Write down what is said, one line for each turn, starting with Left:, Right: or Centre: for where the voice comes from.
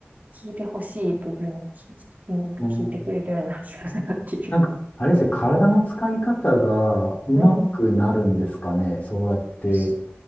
Right: 聞いてほしい部分を聞きよく聞いてくれるような人だなっていう。
Left: うん、なんか、あれですね、体の使い方がうまくなるんですかね。
Right: うん。
Left: そうやって
Right: そ